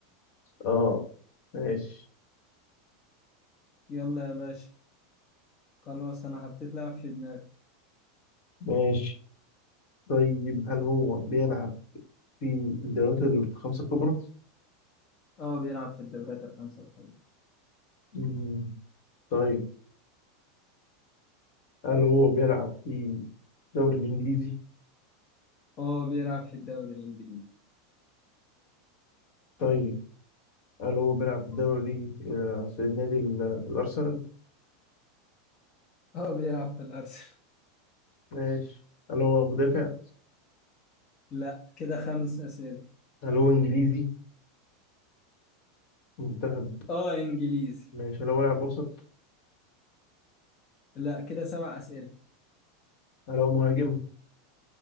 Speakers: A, on the left; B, on the left.
A: اه ماشي
B: يلا يا باشا خلاص أنا حطيت لاعب في دماغي
A: ماشي طيب هل هو بيلعب في الدوريات الخمسة الكبرى؟
B: آه بيلعب في الدوريات الخمسة الكبرى
A: مم. طيب هل هو بيلعب في الدوري الإنجليزي؟
B: آه بيلعب في الدوري الإنجليزي
A: طيب هل هو بيلعب في الدوري آه، في نادي ال- الأرسنال
B: هو بيلعب في الأرسنال
A: ماشي هل هو مدافع
B: لا كده خمس أسئلة
A: هل هو إنجليزي منتخب
B: اه إنجليزي
A: ماشي هل هو لاعب وسط
B: لا كده سبع أسئلة
A: هل هو مهاجم